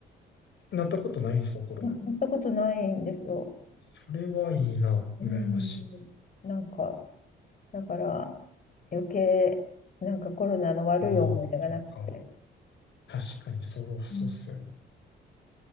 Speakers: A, on the left; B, on the left.
A: なったことないんですか、コロナ。
B: な、やったことないんですよ。
A: それはいいな、
B: うん、
A: 羨ましい。
B: なんか、だから余計なんかコロナの悪い思い出がなくて。
A: まあ、そっか。確かにそう、そうっすよね。
B: うん